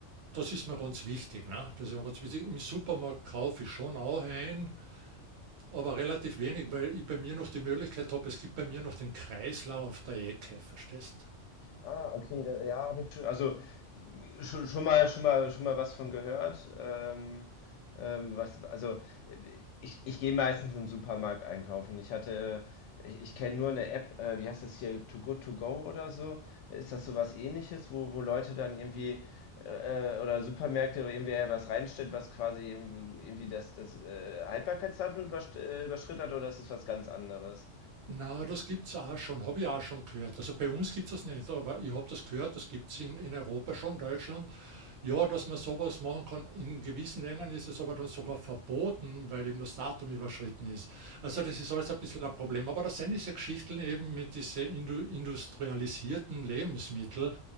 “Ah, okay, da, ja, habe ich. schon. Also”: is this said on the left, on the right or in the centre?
Left